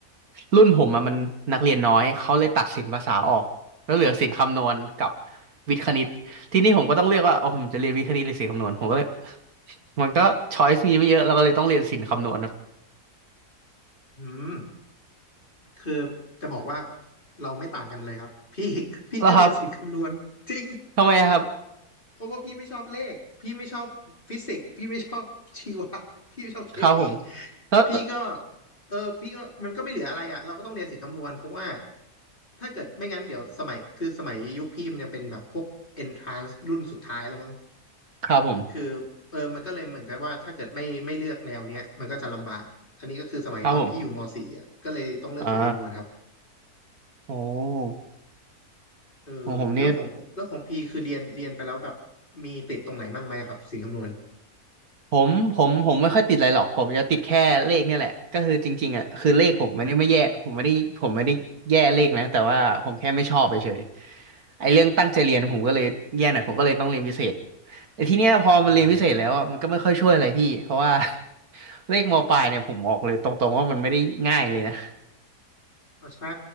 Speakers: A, on the right (about 70°); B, on the left (about 30°).
A: รุ่นผมอะมันนักเรียนน้อยเขาเลยตัดศิลป์ภาษาออกแล้วเหลือศิลป์คำนวณกับวิทย์คณิตทีนี้ผมก็ต้องเลือกว่าโอ้ผมจะเรียนวิทย์คณิตหรือศิลป์คำนวณผมก็เลยมันก็ช้อยส์มีไม่เยอะเราก็เลยต้องเรียนศิลป์คำนวณ
B: อืมคือจะบอกว่าเราไม่ต่างกันเลยครับพี่พี่ก็เรียนสิ่งคำนวณจริง
A: แล้วครับ ทำไมครับ
B: เพราะว่าพี่ไม่ชอบเลขพี่ไม่ชอบฟิสิกส์พี่ไม่ชอบชีวะ <laughs> พี่ไม่ชอบเคมี
A: ครับผมแล้ว
B: พี่ก็เออพี่ก็มันก็ไม่เหลืออะไรอ่ะเราก็ต้องเรียนสิ่งคำนวณเพราะว่าถ้าเกิดไม่งั้นเดี๋ยวสมัยคือสมัยยุคพี่มันยังเป็นแบบพวก entrance รุ่นสุดท้ายแล้วมั้ง
A: ครับผม
B: คือเออมันก็เลยเหมือนกับว่าถ้าเกิดไม่ไม่เลือกแนวเนี้ยมันก็จะลำบากอันนี้ก็คือสมัยตอนพี่อยู่ม
A: ครับผม
B: .4 อ่ะก็เลยต้องเลือกสิ่งคำนวณครับ
A: อ่าโอ้
B: เออแล้วของแล้วของพี่คือเรียนเรียนไปแล้วแบบ
A: ของผมนี่
B: มีติดตรงไหนบ้างไหมครับสิ่งคำนวณ
A: ผม ผม ผมไม่ค่อยติดอะไรหรอกผมจะติดแค่เลขเนี่ยแหละก็คือจริงๆอ่ะคือเลขผมไม่ได้ไม่แย่ผมไม่ได้ผมไม่ได้แย่เลขนะแต่ว่าผมแค่ไม่ชอบไปเฉยๆไอ้เรื่องตั้งใจเรียนผมก็เลยแย่หน่อยผมก็เลยต้องเรียนพิเศษ
B: อืม
A: แต่ทีเนี้ยพอมันเรียนพิเศษแล้วอะมันก็ไม่ค่อยช่วยอะไรพี่เพราะว่า
B: อ๋อ
A: <laughs> เลขมปลายเนี่ยผมบอกเลยตรงๆว่ามันไม่ได้ง่ายเลยนะ
B: อ่ะใช่